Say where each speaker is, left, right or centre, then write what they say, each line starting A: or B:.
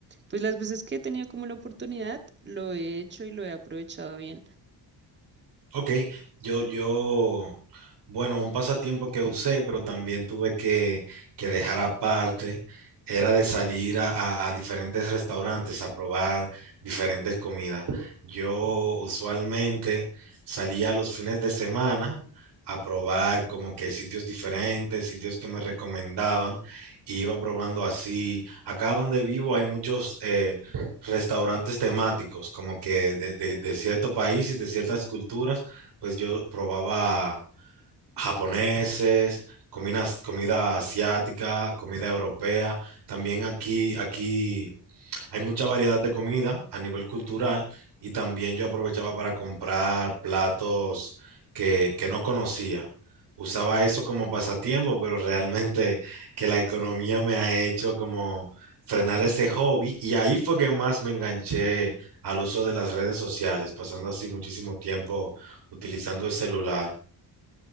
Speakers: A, on the right; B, on the right.
A: pues las veces que he tenido como la oportunidad, lo he hecho y lo he aprovechado bien.
B: Ok, yo, yo, bueno, un pasatiempo que usé, pero también tuve que, que dejar aparte, era de salir a, a- a diferentes restaurantes a probar diferentes comidas. Yo usualmente salía los fines de semana a probar como que sitios diferentes, sitios que me recomendaban, y iba probando así. Acá donde vivo hay muchos eh, restaurantes temáticos, como que de de- de cierto país y de ciertas culturas pues yo probaba japoneses, comidas- comida asiática, comida europea. También aquí, aquí hay mucha variedad de comida a nivel cultural y también yo aprovechaba para comprar platos que, que no conocía. Usaba eso como pasatiempo, pero realmente <laughs> que la economía me ha hecho como frenar ese hobby y ahí fue que más me enganché al uso de las redes sociales, pasando así muchísimo tiempo utilizando el celular.